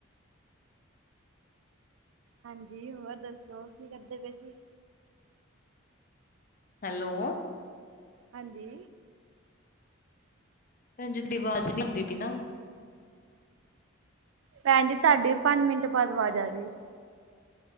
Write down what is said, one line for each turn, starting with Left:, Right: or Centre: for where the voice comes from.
Right: ਹਾਂਜੀ, ਹੋਰ ਦੱਸੋ ਕੀ ਕਰਦੇ ਪਏ ਸੀ?
Left: ਹੈਲੋ।
Right: ਹਾਂਜੀ।
Left: ਭੈਣ ਜੀ, ਤੁਹਾਡੀ ਅਵਾਜ਼ ਨੀ ਆਂਦੀ ਪੀ ਨਾ।
Right: ਭੈਣ ਜੀ ਤੁਹਾਡੀ ਵੀ ਪੰਜ ਮਿੰਟ ਬਾਅਦ ਅਵਾਜ ਆ ਰਹੀ ਏ।